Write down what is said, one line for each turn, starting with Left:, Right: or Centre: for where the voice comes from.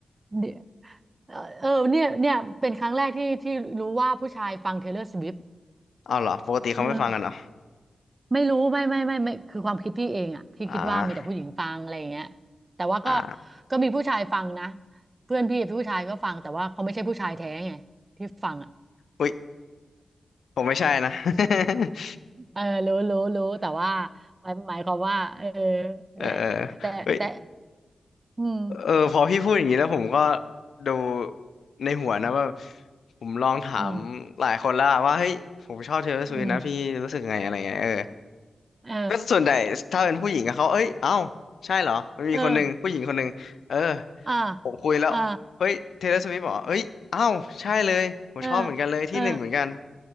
Right: เดี๋ยวเออเออเนี่ยเนี่ยเป็นครั้งแรกที่ที่รู้ว่าผู้ชายฟัง Taylor Swift
Left: เอาเหรอ ปกติเขาไม่ฟังกันเหรอ
Right: เออไม่รู้ไม่ไม่ไม่ไม่คือความคิดพี่เองอ่ะพี่คิดว่ามีแต่ผู้หญิงฟังอะไรอย่างเงี้ย
Left: อ่า
Right: แต่ว่าก็
Left: อ่า
Right: ก็มีผู้ชายฟังนะเพื่อนพี่ผู้ชายก็ฟังแต่ว่าเขาไม่ใช่ผู้ชายแท้ไงที่ฟังอ่ะ
Left: อุ๊ยผมไม่ใช่นะ <laughs>
Right: เออรู้รู้รู้แต่ว่าหมายหมายความว่าเออนั่นแหละแต่แต่
Left: เออเออเออเฮ้ย
Right: อืม
Left: เออพอพี่พูดอย่างนี้แล้วผมก็ดูในหัวนะว่าผมลองถามหลายคนแล้วอะว่าเฮ้ยผมชอบเทย์เลอร์สวิฟนะพี่รู้สึกไงอะไรเงี้ยเออ
Right: อืมอืมเออ
Left: ก็ส่วนใหญ่ถ้าเป็นผู้หญิงอะเขาเอ้ยเอ้าใช่เหรอมันมีคนหนึ่งผู้หญิงคนหนึ่งเออ
Right: เอออ่า
Left: ผมคุยแล้วเฮ้ยเทย์เลอร์สวิฟบอกเอ้ยเอ้าใช่เลยผมชอบเหมือนกันเลยที่หนึ่งเหมือนกัน
Right: อ่าเออเออ